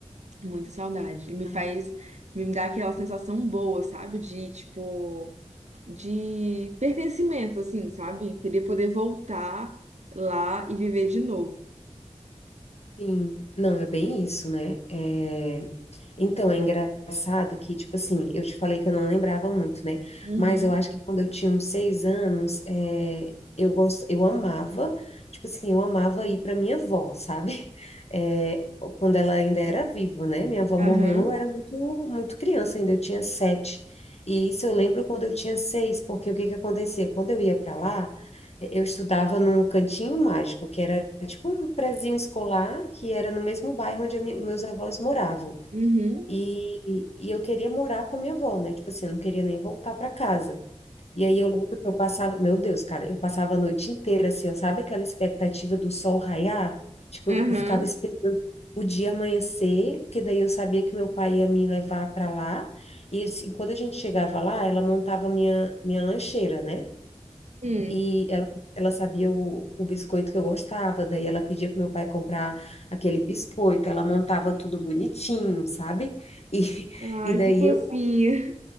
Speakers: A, on the right; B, on the left.
A: muita saudade. E me
B: Ah,
A: faz, me dá aquela sensação boa, sabe? De, tipo, de pertencimento, assim, sabe? Eu queria poder voltar lá e viver de novo.
B: Sim, não, é bem isso, né? É... Então, é engraçado que, tipo assim, eu te falei que eu não lembrava muito, né?
A: Uhum.
B: Mas eu acho que quando eu tinha uns seis anos, é, eu gost... eu amava, tipo assim, eu amava ir para minha avó, sabe? <laughs> É, Quando ela ainda era viva, né? Minha avó morreu,
A: Aham.
B: eu era muito, muito criança ainda, eu tinha sete. E isso eu lembro quando eu tinha seis, porque o que que acontecia? Quando eu ia para lá, eu estudava num cantinho mágico, que era tipo um prezinho escolar, que era no mesmo bairro onde a mi- meus avós moravam.
A: Uhum.
B: E, e eu queria morar com a minha avó, né? Tipo assim, eu não queria nem voltar para casa. E aí eu lembro que eu passava, meu Deus, cara, eu passava a noite inteira assim, ó, sabe aquela expectativa do sol raiar? Tipo,
A: Aham.
B: eu ficava esperando o dia amanhecer, porque daí eu sabia que meu pai ia me levar para lá. E assim, quando a gente chegava lá, ela montava minha minha lancheira, né?
A: Hum.
B: E ela, ela sabia o, o biscoito que eu gostava, daí ela pedia pro meu pai comprar aquele biscoito, ela montava tudo bonitinho, sabe? E,
A: Ai,
B: e daí
A: que fofinha.
B: eu,